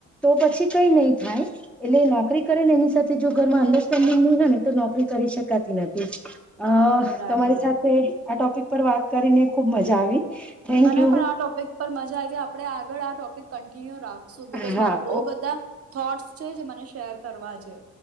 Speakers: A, in the centre; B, on the right.
A: તો પછી કઈ નઈ થાય એટલે નોકરી કરે ને એની સાથે જો ઘરમાં અંડરસ્ટેન્ડિંગ ન હોય ને તો નોકરી કરી શકાતી નથી. અ
B: બરાબર
A: તમારી સાથે આ ટોપિક તર વાત કરીને ખુબ મજા આવી. થેન્ક
B: મને
A: યુ
B: પણ આ ટોપિક પર મજા આવી આપડે આગળ આ ટોપ કન્ટિન્યુ રા સો બીકોસ
A: હા
B: મારાં બોવ બધા થોટ્સ છે જે મને શેર કરવા છે